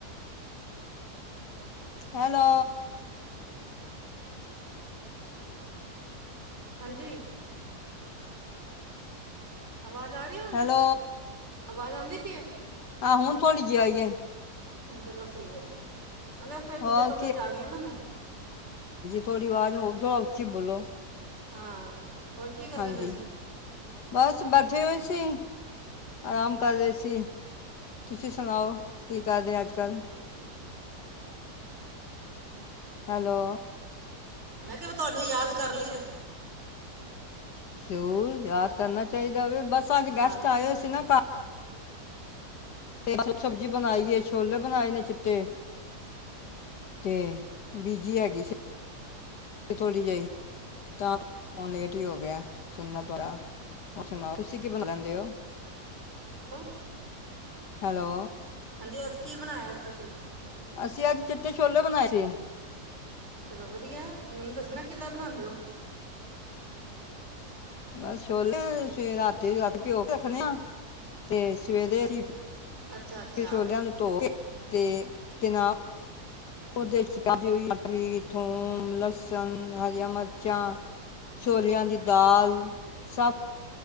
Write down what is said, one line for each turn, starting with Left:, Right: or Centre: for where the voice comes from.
Left: ਹੈਲੋ
Right: ਹਾਂਜੀ ਆਵਾਜ਼ ਆ ਰਹੀ ਹੁਣ।
Left: ਹੈਲੋ
Right: ਆਵਾਜ਼ ਆਉਂਦੀ ਪੀ ਏ।
Left: ਆਹੋ ਹੁਣ ਤੁਹਾੀ ਜੇ ਆਈ ਹੈ।
Right: ਚਲੋ ਸਹੀ ਹੈ। ਉਹਦਾ ਫੇਰ ਦੂਜੇ
Left: ਹੋਰ
Right: ਕਮਰੇ ਚ ਆ ਗਈ ਨਾ ਮੈਂ।
Left: ਥੋੜੀ ਆਵਾਜ਼ ਉਦੋ ਉੱਚੀ ਬੋਲੋ।
Right: ਹਾਂ। ਹੋਰ ਕੀ ਕਰਦੇ
Left: ਹਾਂਜੀ
Right: ਪਏ ਸੀ।
Left: ਬਸ ਬੈਠੇ ਹੋਏ ਸੀ ਆਰਾਮ ਕਰ ਰਹੇ ਸੀ ਤੁਸੀਂ ਸੁਣਾਓ ਕੀ ਕਰਦੇ ਅੱਜ ਕੱਲ੍ਹ। ਹੈਲੋ।
Right: ਮੈਂ ਕਿਹਾ ਤੁਹਾਨੂੰ ਯਾਦ ਕਰ ਲੀਏ।
Left: ਜ਼ੂਰ ਯਾਦ ਕਰਨਾ ਚਾਹੀਦਾ ਬਸ। ਅੱਜ
Right: ਹਾਂ
Left: ਗੈਸਟ ਆਏ ਸੀ ਨਾ ਘਰ। ਤੇ ਆਲੂ ਸਬਜ਼ੀ ਬਣਾਈ ਹੈ। ਛੋਲੇ ਬਣਾਏ ਨੇ ਚਿੱਟੇ ਤੇ ਬੀਜੀ ਹੈਗੀ ਸੀ ਥੋੜ੍ਹੀ ਜਿਹੀ ਤਾਂ ਫੋਨ ਲੇਟ ਹੀ ਹੋ। ਗਿਆ ਸੁਣਨਾ ਤਾਰਾ ਉਹ ਸੁਣਾਓ ਤੁਸੀਂ ਕੀ ਬਣ ਲੈਂਦੇ ਹੋ।
Right: ਹੋ।
Left: ਹੈਲੋ।
Right: ਜ ਕੀ ਬਣਾਇਆ ਤੁਸੀਂ।
Left: ਅਸੀਂ ਅੱਜ ਚਿੱਟੇ ਛੋਲੇ ਬਣਾਏ ਸੀ।
Right: ਚਲੋ ਵਧੀਆ ਮੈਨੂੰ ਦੱਸਣਾ ਕਿੱਦਾਂ ਬਣਾਉਂਦੇ ਹੋ।
Left: ਬਸ ਛੋਲੇ ਰਾਤੀ ਰਾਤੀ ਪਿਓ ਕੇ ਰੱਖਣੇ ਆ ਤੇ ਸਵੇਰੇ ਅਸੀ।
Right: ਅੱਛਾ ਅੱਛਾ
Left: ਵਿ ਛੋਲਿਆਂ ਨੂੰ ਧੋ ਕੇ। ਅਤੇ ਤਨਾਅ <inaudible> ਉਹਦੇ ' ਵੀ ਥੋਮ, ਲਸਣ, ਹਰੀਆਂ ਮਿਰਚਾਂ, ਛੋਲਿਆਂ ਦੀ ਦਾਲ ਸਭ।